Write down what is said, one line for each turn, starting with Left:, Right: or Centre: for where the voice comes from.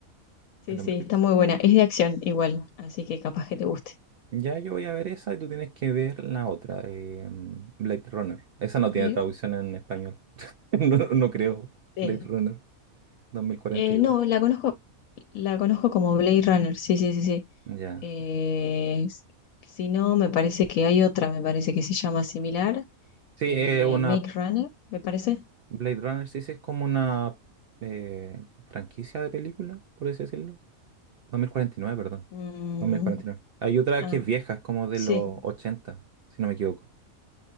Left: Sí,
Right: el hombre
Left: sí,
Right: gris.
Left: está muy buena, es de acción igual, así que capaz que te guste.
Right: Ya yo voy a ver esa y tú tienes que ver la otra, eh, mm, Blade Runner. Esa no
Left: Bien.
Right: tiene traducción en español. <laughs> No, no creo.
Left: Sí.
Right: Blade Runner dos mil cuarenta
Left: Eh,
Right: y dos.
Left: no, la conozco, la conozco como Blade Runner, sí, sí, sí, sí.
Right: Ya.
Left: Eh, s- si no, me parece que hay otra, me parece que se llama similar,
Right: Sí,
Left: eh,
Right: es una
Left: Make Runner, me parece.
Right: Blade Runner, sí, sí, es como una eh, franquicia de película, por así decirlo. dos mil cuarenta y nueve perdón.
Left: Mm,
Right: dos mil cuarenta y nueve Hay otra
Left: ah,
Right: que es vieja, es como de
Left: sí.
Right: los 80 si no me equivoco.